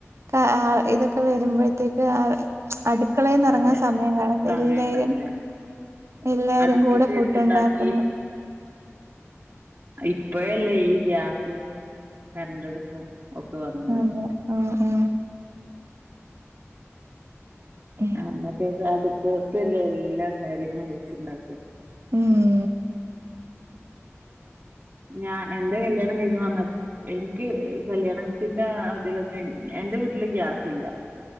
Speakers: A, on the right (about 65°); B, on the right (about 40°).
A: ക്കാ ആഹ് ഇതൊക്കെ വരുമ്പഴ്ത്തേയ്ക്ക് ക്ക് ആഹ് അട്ക്കളെന്ന് എറങ്ങ്ണ
B: അതെ
A: സമയം വേണം
B: സമയം
A: ഇല്ലേല്
B: ഉണ്ടാവില്ല
A: എല്ലാരുംകൂടെ
B: അടുപ്പത്ത്
A: ഫുഡ്
B: വെച്ചുണ്ടാക്കി
A: ഇണ്ടാക്ക്ന്ന്
B: അഇപ്പഴല്ലേ ഈ ഗ്യാസും കരണ്ടടുപ്പും ഒക്കെ വന്നത്
A: അതെ ആഹ് ആഹ് ആഹ്
B: അന്നൊക്കെയിക്കാലത്ത് അടുപ്പത്തല്ലെ എല്ലാ കാര്യങ്ങളും വെച്ച്ണ്ടാക്കാ
A: ഉം
B: ഞാൻ എന്റെ കല്യാണം കഴിഞ്ഞ് വന്നപ് എൻക്ക് കല്യാണത്തിന്റെ ആ ആതിലൊന്നും എന്റെ വീട്ടില് ഗ്യാസില്ല